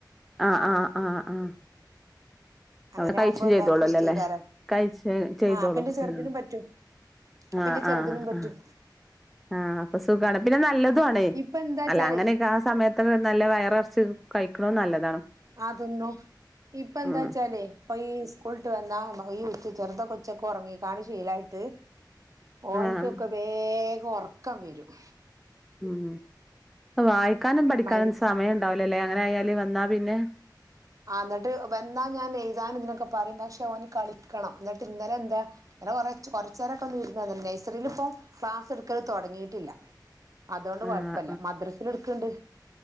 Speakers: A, in the centre; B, on the right.
A: ആആ ആആആ
B: അങ്ങനെ
A: അവ കഴിച്ചും
B: ആവുമ്പോ എല്ലാർക്കും
A: ചെയ്തോളുംല്ലേ
B: ഇഷ്ടേക്കാരം
A: അല്ലേ കഴിച്ച ചെയ്തോളും
B: ആഹ് അപ്പ ഇന്റെ ചെറുതിനും
A: ഉ
B: പറ്റും അപ്പ
A: ആ
B: ഇന്റെ ചെറുതിനും
A: ആ
B: പറ്റും
A: ആ ആ അപ്പൊ സുഖമാണ് പിന്നെ നല്ലതു ആണേ
B: ഇപ്പ എന്താച്ചാലേ
A: അല്ല അങ്ങനെയൊക്കെ ആ സമയത്തൊക്കെ നല്ല വയറിറച്ച കഴിക്കണോ നല്ലത്
B: അതൊന്ന ഇപ്പ എന്താ
A: ഉം
B: വച്ചാലേ ഇപ്പൊ ഈ ഉളിട്ട് വന്നാ ഈ ഉത്ത് ചെറുത കൊച്ചൊക്കെ ഉറങ്ങിക്കാണ് ശീലായിട്ട് ഓനക്കൊക്കെ
A: ആഹ്
B: വേഗം ഉറക്കം വരും
A: ഉം വായിക്കാനും പഠിക്കാനും
B: മഗ്
A: സമയം ഉണ്ടാവ ല്ല ല്ലേ അങ്ങനെ ആയാല് വന്നാ പിന്നെ
B: ആ ന്നിട്ട് വന്നാ ഞാൻ എഴുതാൻ ഇതിനൊക്കെ പറയും പക്ഷെ ഓന് കളിക്കണം എന്നിട്ട് ഇന്നലെ എന്താ ഇന്നല്ലേ കുറ കുറച്ച നേരൊക്കെ ഒന്നും ഇരുന്നില്ല നഴ്സറിൽ ഇപ്പോ ക്ലാസ് ട്ക്കൽ തുടങ്ങിട്ടില്ല അതുകൊണ്ട്
A: ആഹ്
B: കൊഴപ്പല്ല മദ്രസൽ ടുക്കണ്ട്